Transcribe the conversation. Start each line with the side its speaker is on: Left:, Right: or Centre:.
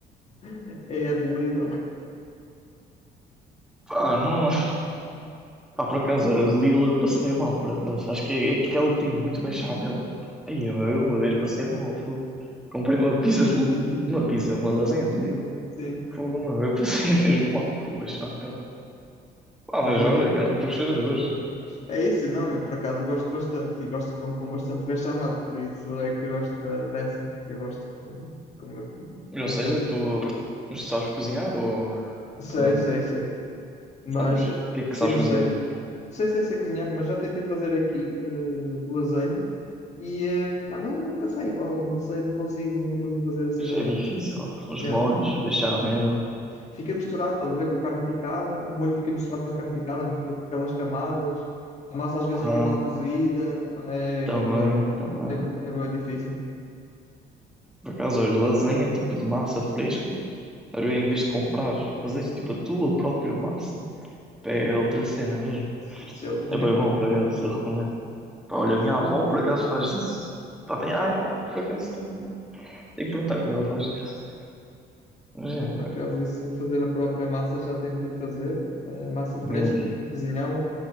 Left: <laughs> é a de Lidl.
Centre: Pá, não. é. Pá, por acaso, a Lidl eu passei mal, por acaso. Acho que é aquela que tem muito bem chamelo Aí, eu eu uma vez passei mal, fogo. Comprei uma pizza de Lidl. Uma pizza, uma lasanha de Lidl.
Left: Sim.
Centre: Fogo, não, eu passei <laughs> mesmo mal com o bechamel. Pá,
Left: Não,
Centre: mas
Left: eu,
Centre: olha, cada um com os seus gostos.
Left: É isso, não, eu por acaso gosto bastante e gosto com, com bastante bechamel, por isso é que eu gosto da- dessa. Eu gosto com, com bastante.
Centre: Ou seja, tu sabes cozinhar ou
Left: Sei,
Centre: não?
Left: sei, sei. Mas
Centre: Sabes? O que é que
Left: sim,
Centre: sabes cozinhar?
Left: sei. Sei, sei, sei cozinhar, mas já tentei fazer aqui eh, lasanha e eh, pá, não, nunca sai igual, não sei, não consigo, não consigo fazer a cena.
Centre: É difícil. Os
Left: Yeah.
Centre: molhos, bechamel.
Left: Fica misturado, estás a ver, com a carne picada, o molho fica misturado na carne picada, não fica com aquelas camadas, a massa às vezes
Centre: Ah,
Left: fica mal cozida, epá, é,
Centre: também,
Left: é, bué-
Centre: também.
Left: é, bué- é bué difícil.
Centre: Por acaso, olha, lasanha tipo de massa fresca. Às vezes, em vez de comprar, fazes tipo a tua própria massa. Pá, É outra cena mesmo.
Left: Isso, isso é outro
Centre: É
Left: nível.
Centre: bem bom, por acaso, eu recomendo. Pá, olha, a minha avó por acaso faz isso. Pá, tem, ah, ah, por acaso tem que, tem que perguntar como ela faz isso. Mas
Left: Não,
Centre: é,
Left: por acaso, isso de fazer a própria massa já tentei fazer, eh, massa
Centre: mesmo.
Left: fresca e cozinhá-la,